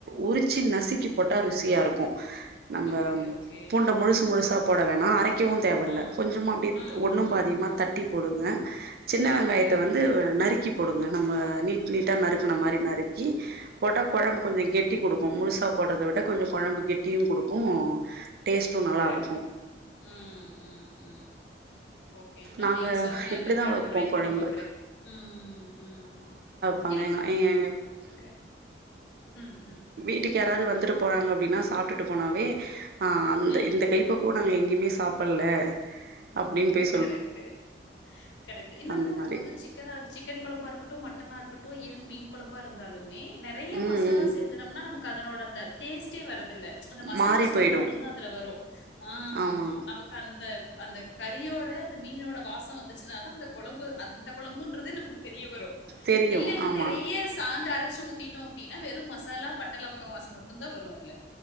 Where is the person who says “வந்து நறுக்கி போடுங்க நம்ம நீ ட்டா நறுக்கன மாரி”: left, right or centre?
Right